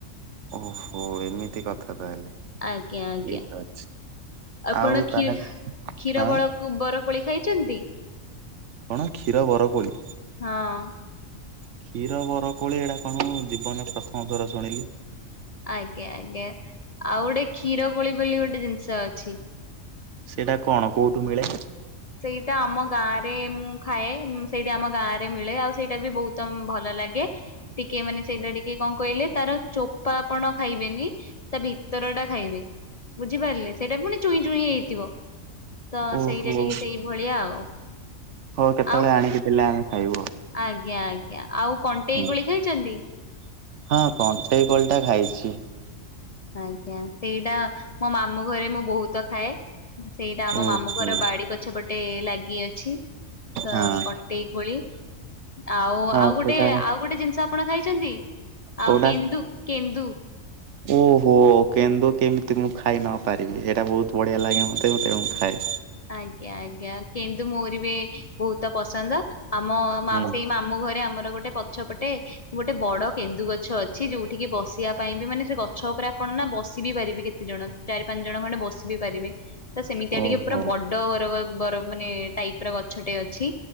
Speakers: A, on the right; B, on the left.
A: ଓହୋ ଏମିତି କଥା ତାହେଲେ
B: ଆଜ୍ଞା ଆଜ୍ଞା
A: ଠିକ ଅଛି।
B: ଆପଣ
A: ଆଉ ତାହେଲେ
B: ଖି କ୍ଷୀର
A: ହଁ
B: ବର ବରକୋଳି ଖାଇଛନ୍ତି?
A: କଣ କ୍ଷୀର ବର କୋଳି?
B: ହଁ
A: କ୍ଷୀର ବରକୋଳି ଏଇଟା କଣ ହ ଜୀବନରେ ପ୍ରଥମ ଥର ଶୁଣିଲି।
B: ଆଜ୍ଞା ଆଜ୍ଞା ଆଉ ଗୋଟେ କ୍ଷୀର କୋଳି ବୋଲି ଗୋଟେ ଜିନିଷ ଅଛି।
A: ସେଇଟା କଣ କୋଉଠୁ ମିଳେ?
B: ସେଇଟା ଆମ ଗାଁ ରେ ମୁଁ ଖାଏ ସେଇଠି ଆମ ଗାଁ ରେ ମିଳେ ଆଉ ସେଇଟା ବି ବହୁତ ଭଲ। ଲାଗେ ଟିକେ ମାନେ ସେଇଟା ଟିକେ କଣ କହିଲେ ତାର ଚୋପା ଆପଣ ଖାଇବେନି ତା ଭିତ ତେରଟା ଖାଇବି ବୁଝିପାରିଲେ ସେଇଟା ପୁଣି ଚୁଇଁ ଚୁଇଁ ହେଇ ଥିବ ତ
A: ଓହୋ
B: ସେଇଟା ଟିକେ ସେଇ ଭଳିଆ ଆଉ।
A: ହଉ କେତେବେଳେ
B: ଆଉ
A: ଆଣିକି ଦେଲେ ଆମେ ଖାଇବୁ ଆଉ।
B: ଆଜ୍ଞା ଆଜ୍ଞା ଆଉ କଣ୍ଟେଇ
A: ହୁଁ
B: କୋଳି ଖାଇଛନ୍ତି?
A: ହଁ କଣ୍ଟେଇ କୋଲଟା ଖାଇଛି।
B: ଆଜ୍ଞା ସେଇଟା ମୋ ମାମୁଁ ଘରେ ମୁଁ ବହୁତ ଖାଏ। ସେଇଟା ଆମ
A: ଓହୋ।
B: ମାମୁଙ୍କର ବାଡି ପଛ ପଟେ ଲାଗି ଅଛି। ତ
A: ହଁ।
B: କଣ୍ଟେଇ କୋଳି। ଆଉ
A: ହଁ
B: ଆଉ ଗୋଟେ
A: ସେଇଟା
B: ଆଉ ଗୋଟେ ଜିନିଷ ଆପଣ ଖାଇଛନ୍ତି
A: କୋଉଟା
B: ଆଉ କେନ୍ଦୁ କେନ୍ଦୁ?
A: ଓହୋ। କେନ୍ଦୁ କେମିତି ମୁଁ ଖାଇ ନ ପାରିବି ସେଇଟା ବହୁତ ବଢିଆ ଲାଗେ ମତେ ମତେ ଖାଏ।
B: ଆଜ୍ଞା ଆଜ୍ଞା କେନ୍ଦୁ ମୋର ବି ବହୁତ ପସନ୍ଦ। ଆମ ମାମୁଁ
A: ହୁଁ
B: ସେଇ ମାମୁଁ ଘରେ ଆମର ଗୋଟେ ପ ଗଛ ପଟେ ଗୋଟେ ବଡ କେନ୍ଦୁ ଗଛ ଅଛି ଯୋଉଠିକି ବସିବା ପାଇଁ ବି ମାନେ ସେ ଗଛ ଗଛ ଉପରେ ଆପଣ ନା ବସିିବ ବି ପାରିବେ କେତେ ଜଣ ଚାରି ପାଞ୍ଚ ଜଣ ଖଣ୍ଡେ ବସିିବ ବି ପାରିବେ ତ ସେମିତିଆ
A: ଓହୋ।
B: ଟିକେ ପୁରା ବଡ ବର ବର ମାନେ ଟାଇପ ର ଗଛଟେ ଅଛି।